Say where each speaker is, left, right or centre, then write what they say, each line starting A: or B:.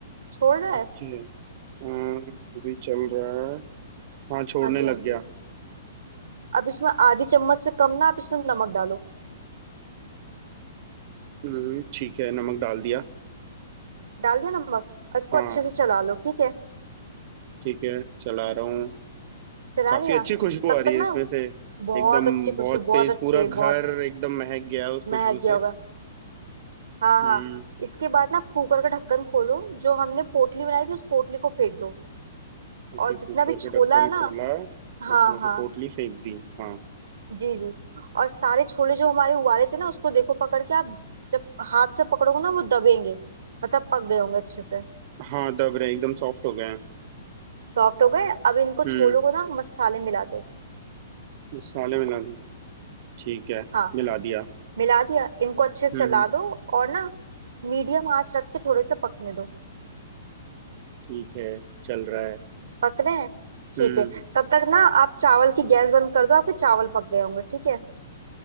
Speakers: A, on the right (about 80°); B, on the right (about 40°).
A: छोड़ रहा है
B: ओके अम, अभी चल रहा है हाँ छोड़ने
A: हाँ जी
B: लग
A: हाँ जी
B: गया
A: अब इसमें आधी चम्मच से कम ना आप इसमें नमक डालो
B: हम्म, ठीक है नमक डाल दिया
A: डाल दिया नमक और इसको
B: हाँ
A: अच्छे से चला लो ठीक है
B: ठीक है चला रहा हूँ
A: चला
B: काफी
A: लिया
B: अच्छी खुशबू
A: तब
B: आ रही
A: तक
B: है
A: ना
B: इसमें से
A: बहुत
B: एकदम
A: अच्छी खुशबू
B: बहुत
A: बहुत
B: तेज
A: अच्छी
B: पूरा घर
A: बहुत
B: एकदम महक गया है उस
A: महक
B: खुशबू
A: गया
B: से
A: होगा हाँ
B: हम्म
A: हाँ इसके बाद ना कुकर का ढक्कन खोलो जो हमने पोटली बनाई थी उस पोटली को फेंक दो
B: ओके
A: और
B: कुकर
A: जितना भी
B: का
A: छोला
B: ढक्कन
A: है ना
B: खोला
A: हाँ
B: उसमें
A: हाँ
B: से पोटली फेंक दी हाँ
A: जी जी और सारे छोले जो हमारे उबाले थे ना उसको देखो पकड़ के आप जब हाथ से पकड़ोगे ना वो दबेंगे मतलब पक गए होंगे अच्छे से
B: हाँ दब रहे एकदम सॉफ्ट हो गए हैं
A: सॉफ्ट हो गए अब इनको
B: हम्म
A: छोलों को ना मसाले मिला दो
B: मसाले मिला दो ठीक है
A: हाँ
B: मिला दिया
A: मिला दिया इनको अच्छे से
B: हम्म
A: चला दो और ना मीडियम आंच रख के थोड़े से पकने दो
B: ठीक है चल रहा है
A: पकने हैं
B: हम्म
A: ठीक है तब तक ना आप चावल की गैस बंद कर दो आपके चावल पक गए होंगे ठीक है